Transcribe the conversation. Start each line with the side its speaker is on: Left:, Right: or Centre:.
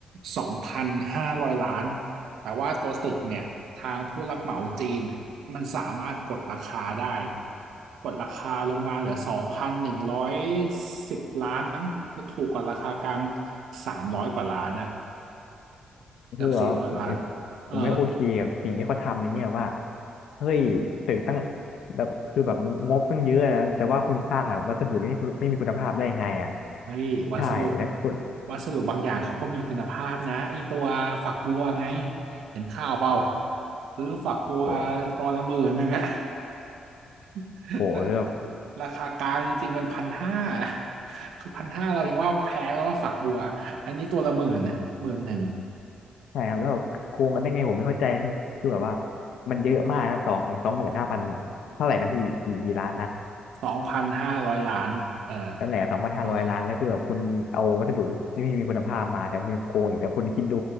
Right: สองพันห้าร้อยล้านแต่ว่าตัวตึกเนี่ยทางผู้รับเหมาจีนมันสามารถกดราคาได้กดราคาลงมาเหลือสองพันหนึ่งร้อยสิบล้านมั้งคือถูกกว่าราคากลางสามร้อยกว่าล้านน่ะเกือบสี่ร้อยล้าน
Left: คือว่าผมไม่
Right: เออ
Left: ผมไม่โอเคกับสิ่งที่เขาทำในเนี่ยว่าเฮ้ยตึกตั้งแบบคือแบบงบตั้งเยอะแล้วแต่ว่าคุณสร้างแบบวัสดุที่ไม่มีคุณภาพได้ไงอ่ะ
Right: เฮ้ยวัสดุ
Left: ใช่แล้วคุณ
Right: วัสดุบางอย่างเขาก็มีคุณภาพนะไอตัวฝักบัวไงเห็นข่าวเปล่าซื้อฝักบัว
Left: โอ้
Right: ตัวละหมื่นหนึ่งอะ <laughs>
Left: โหเรื่อง
Right: ทั้งราคากลางจริงๆมันพันห้าคือพันห้าเรายังว่าแพงแล้วว่าฝักบัวอันนี้ตัวละหมื่นนะหมื่นหนึ่ง
Left: ใช่ครับแล้วแบบโกงกันได้ไงผมไม่เข้าใจคือคือแบบว่ามันเยอะมากนะสองสองหมื่นห้าพันเท่าไหร่นะพี่กี่กี่ล้านนะ
Right: สองพันห้าร้อยล้านเออ
Left: นั่นแหละสองพันห้าร้อยล้านแล้วคือแบบคุณเอาวัสดุที่ไมมีคุณภาพมาแต่คุณยังโกงอยู่แล้วคุณคิดดู
Right: หมดละ